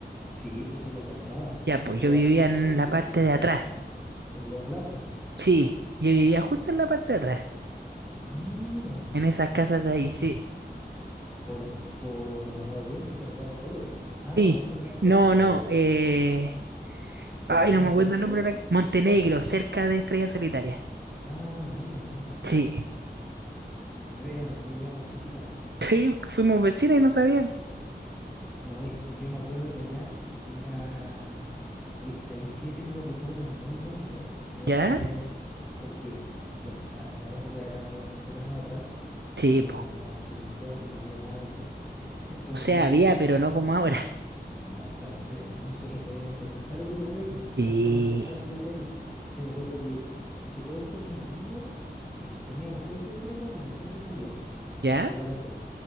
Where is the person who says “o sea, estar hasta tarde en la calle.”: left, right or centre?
Centre